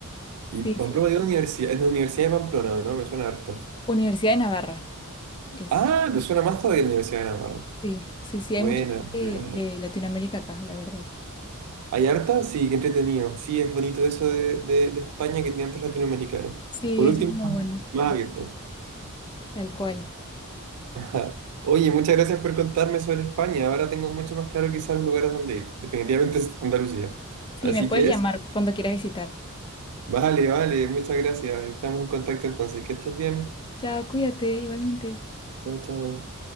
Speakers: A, on the right; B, on the left.
A: Y
B: Sí,
A: Pamplona
B: sí, sí.
A: dio la universidad, es de la Universidad de Pamplona, ¿no? Me suena harto.
B: Universidad de Navarra es.
A: Ah, me suena más todavía la Universidad de Navarra.
B: Sí, sí, sí, hay
A: Buena,
B: mucha gente
A: buena.
B: de Latinoamérica acá, la verdad.
A: ¿Hay harta? Sí, qué entretenido. Sí, es bonito eso de, de, de España que tiene antes latinoamericanos.
B: Sí,
A: Por
B: eso
A: último,
B: es muy bueno,
A: más abierto.
B: tal cual.
A: <laughs> Ajá. Oye, muchas gracias por contarme sobre España. Ahora tengo mucho más claro quizás los lugares donde ir. Definitivamente es Andalucía.
B: Sí,
A: Así
B: me puedes
A: que
B: llamar
A: eso.
B: cuando quieras visitar.
A: Vale, vale, muchas gracias. Estamos en contacto entonces. Que estés bien.
B: Chao, cuídate, igualmente.
A: Chao, chao.